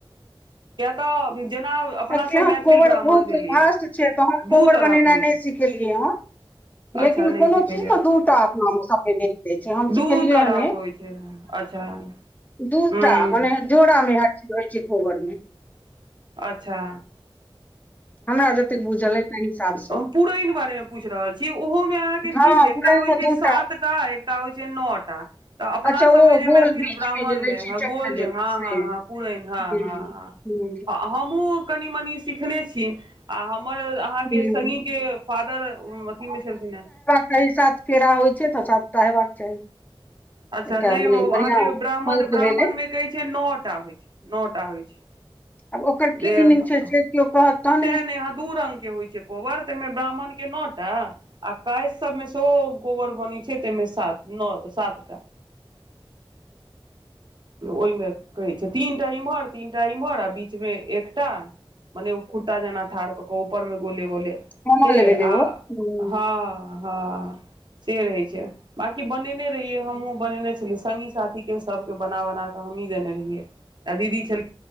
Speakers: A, on the right; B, on the left.
A: तऽ जेना अपनासभ
B: एखले हम
A: मैथिल
B: कोबर
A: ब्राह्मण
B: बहुत
A: भेलियै
B: भास्ट छै, तऽ हम
A: दू
B: कोबर
A: तरहक
B: बनेनाइ
A: होइ
B: नहि
A: छै
B: सीख के लिय ह। लेकिन
A: अच्छा नहि
B: कोनो
A: सिखेलियै
B: चीज ने दू टा अपनामे सबके देख दै छै, हम
A: दू
B: सिखेलियै
A: तरहक
B: हे न।
A: होइ अच्छा।
B: दूटा
A: हूँ
B: मने जोड़ामे हर चीज होय छय, कोबर में।
A: अच्छा।
B: हमरा जतेक बुझल अइ तै हिसाबसँ
A: ओ पुरैन बारेमे पूछि रहल छी, ओहोमे अहाँके
B: हँ
A: की छै, एकटा
B: पुरानमे
A: होइ छै
B: दू
A: सातटा
B: टा
A: एकटा होइ छै न टा। तऽ अपना
B: अच्छा
A: सबमे
B: ओ
A: जे
B: गोल
A: मैथिल
B: बीच
A: ब्राह्मण
B: मे जे दै
A: में
B: छै
A: हं
B: चक्र
A: गोल जे
B: जेकाँ
A: हँ-
B: से
A: हँ ह पुरैन हँ-
B: हूँ
A: हं ह।
B: हूँ
A: हमहु कनि-मनी सिखने छी आ हमर आ अहाँ के
B: हूँ
A: संगी के फादर अथी मे छलखिन है।
B: सही सात फेड़ा होए छै तऽ सातटा हेबाक चाही
A: अच्छा
B: एकटा
A: नहि
B: मने
A: ओ
B: बढ़िआँ
A: अहाँके ब्राह्मण
B: अंक
A: ब्राह्मण
B: भेलै
A: मे कहै छैय। नौ टा होए छै। नौ टा होए छै।
B: आब ओकर
A: जे
B: की मीनिंग छै से क्यो कहत तहने
A: से ने आ दू रंग के होए छै कोबर तइमे ब्राह्मण के नौ टा आ कइश सबमे सेहो कोबर बनै छै ताहिमे सात नौ सातटा ओहिमे कहै छै तीन टा इम्हर तीन टा इमहर आ बीचमे एकटा मने ओ खुट्टा जेना ठाढ़ कऽ कऽ ऊपर मे गोले-गोले
B: कमल
A: से
B: भेलै
A: आ
B: ओ हूं,
A: हँ हँ से रहै छै बकी बनेने रहियै हमहुँ बनेने छलि संगी साथी के सबके बना-बना के हमि देने रहियै आ दीदी छैल